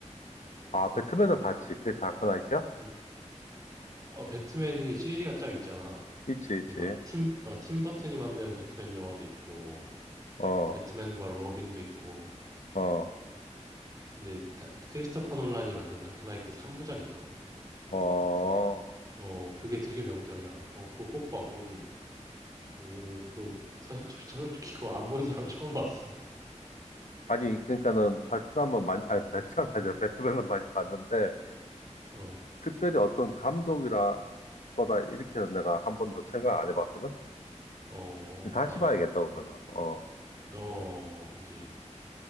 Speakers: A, on the left; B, on the right.
A: 아, 배트맨은 봤지. 그게 다크나이트야?
B: 응. 어, 배트맨이 시리즈가 쫙 있잖아.
A: 있지, 있지.
B: 이게 막 팀, 어, 팀 버튼이 만든 배트맨 영화도 있고, 뭐,
A: 어,
B: 배트맨과 로빈도 있고.
A: 어,
B: 근데 다- 크리스토퍼 놀란이 만든 다크나이트 3부작이 있거든?
A: 어.
B: 어, 그게 되게 명작이야. 어, 그거 꼭 봐. 그거는, 오, 그 사실 솔- 솔직히 그거 안 본 사람 처음 봤어.
A: 아니, 그러니까는 베트남은 많이, 아니,
B: 어,
A: 베트남 아니야. 배트맨은 많이 봤는데,
B: 어,
A: 특별히 어떤 감독이라 거다, 이렇게는 내가 한 번도 생각 안 해봤거든?
B: 어, 어,
A: 다시
B: 아,
A: 봐야겠다, 그러면은. 어,
B: 어, 그지.